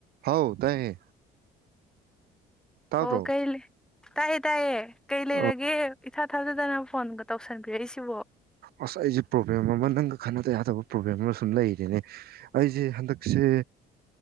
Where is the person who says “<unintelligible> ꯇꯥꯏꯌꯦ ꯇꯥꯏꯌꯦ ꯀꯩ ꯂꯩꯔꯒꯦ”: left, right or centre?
Centre